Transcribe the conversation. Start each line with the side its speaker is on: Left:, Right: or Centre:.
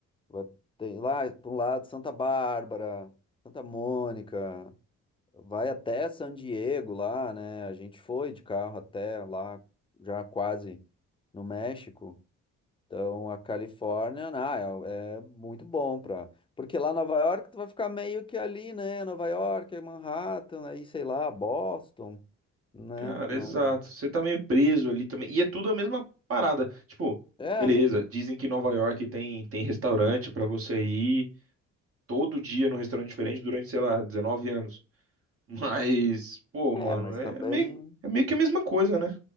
Left: vai- tem lá para um lado Santa Bárbara, Santa Mônica. Vai até San Diego lá, né? A gente foi de carro até lá, já quase no México. Então a Califórnia, ah, é, é muito bom pra. Porque lá em Nova York tu vai ficar meio que ali, né? Nova York, aí Manhattan, aí sei lá, Boston, né?
Right: Cara,
Left: Não.
Right: exato. Você tá meio preso ali também. E é tudo a mesma parada. Tipo,
Left: É,
Right: beleza, dizem que Nova York tem, tem restaurante para você ir todo dia num restaurante diferente durante, sei lá, 19 anos. <laughs> Mas, pô,
Left: é,
Right: mano,
Left: mas
Right: é
Left: também,
Right: meio, é meio que a mesma coisa, né?